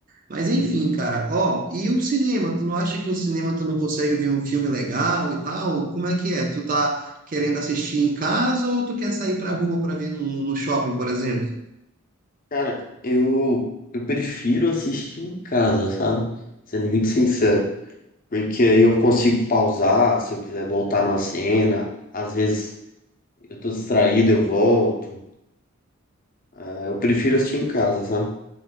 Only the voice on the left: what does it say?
Sim,
sim.
Cara, eu, eu prefiro assistir em casa, sabe? Sendo muito sincero. Porque aí eu consigo pausar se eu quiser voltar numa cena. Às vezes eu tô distraído, eu volto. Ah, Eu prefiro assistir em casa, sabe?